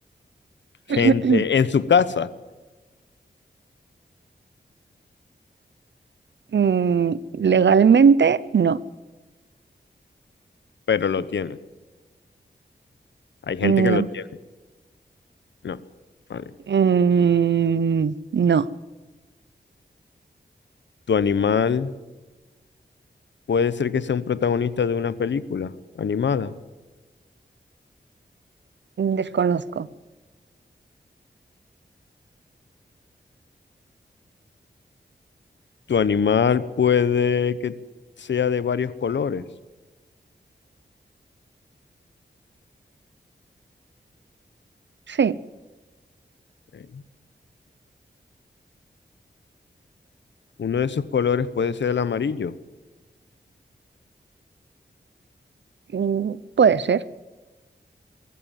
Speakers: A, on the left (about 80°); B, on the right (about 80°).
A: gente
B: <clears throat>
A: en su casa,
B: Mm, legalmente, no.
A: pero lo tiene. Hay gente
B: No.
A: que lo tiene. No, vale.
B: Mm, no.
A: Tu animal puede ser que sea un protagonista de una película animada.
B: Desconozco.
A: Tu animal puede que sea de varios colores.
B: Sí.
A: Ok. Uno de esos colores puede ser el amarillo.
B: Mm, puede ser.